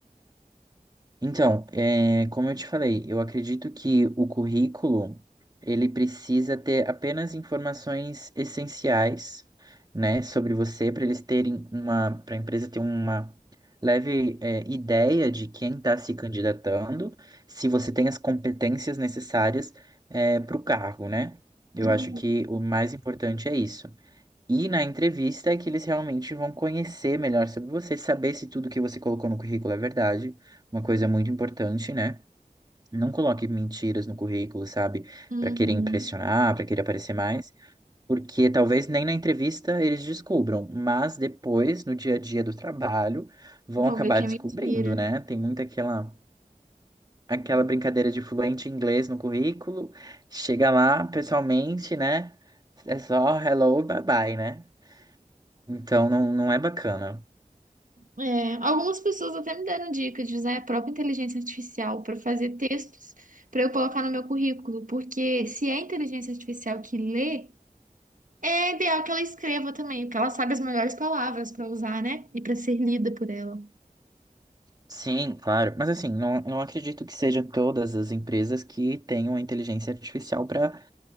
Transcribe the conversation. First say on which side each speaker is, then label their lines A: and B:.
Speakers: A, on the right; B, on the right.
A: Então, é, como eu te falei, eu acredito que o currículo ele precisa ter apenas informações essenciais, né, sobre você para eles terem uma, para a empresa ter uma leve é, ideia de quem está se candidatando, se você tem as competências necessárias para o cargo, né? Eu
B: Uhum.
A: acho que o mais importante é isso. E na entrevista é que eles realmente vão conhecer melhor sobre você, saber se tudo que você colocou no currículo é verdade. Uma coisa muito importante, né? Não coloque mentiras no currículo, sabe?
B: Uhum.
A: Para querer impressionar, para querer aparecer mais, porque talvez nem na entrevista eles descubram, mas depois, no dia a dia do trabalho, vão
B: Vou
A: acabar
B: ver quem
A: descobrindo,
B: me inspira.
A: né? Tem muita aquela aquela brincadeira de fluente em inglês no currículo, chega lá pessoalmente, né? É só hello, bye bye, né? Então não, não é bacana.
B: É, algumas pessoas até me deram dicas de usar a própria inteligência artificial para fazer textos para eu colocar no meu currículo, porque se é a inteligência artificial que lê, é ideal que ela escreva também, porque ela sabe as melhores palavras para usar, né? E para ser lida por ela.
A: Sim, claro. Mas assim, não, não acredito que seja todas as empresas que tenham a inteligência artificial para